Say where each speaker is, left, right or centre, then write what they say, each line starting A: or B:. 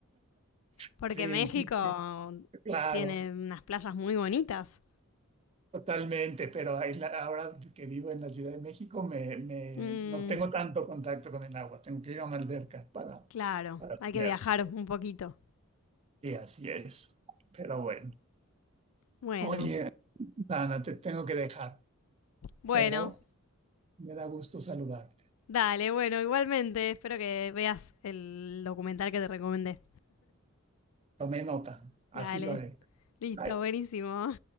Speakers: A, on the left; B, on the right.
A: porque
B: Sí,
A: México
B: sí, sí, claro.
A: tiene unas playas muy bonitas.
B: Totalmente, pero ahí la- ahora que vivo en la Ciudad de México me, me-
A: Mm,
B: no tengo tanto contacto con el agua, tengo que ir a una alberca para,
A: claro,
B: para
A: hay
B: tenerlo.
A: que viajar un poquito.
B: Sí, así es, pero bueno.
A: Bueno,
B: Oye, Dana, te tengo que dejar,
A: bueno,
B: pero me da gusto saludarte.
A: Dale, bueno, igualmente, espero que veas el documental que te recomendé.
B: Tomé nota, así
A: Dale,
B: lo haré.
A: listo,
B: Bye.
A: buenísimo.